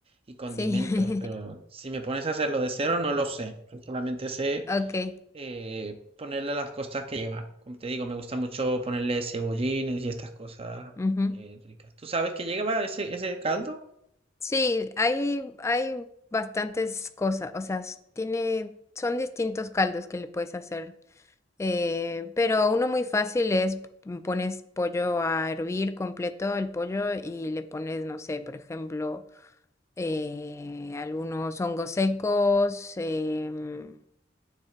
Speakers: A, on the right; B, on the left.
A: y condimentos,
B: sí, <laughs>
A: pero si me pones a hacerlo de cero, no lo sé. Solamente sé
B: ok.
A: eh, ponerle las cosas que lleva. Como te digo, me gusta mucho ponerle cebollines y estas cosas
B: ujú.
A: eh, ricas. Tú sabes que lleva ese, ese caldo,
B: Sí, hay, hay bastantes cosas, o sea, s- tiene, son distintos caldos que le puedes hacer Eh, pero uno muy fácil es p- pones pollo a hervir completo el pollo y le pones, no sé, por ejemplo, eh, algunos hongos secos, em,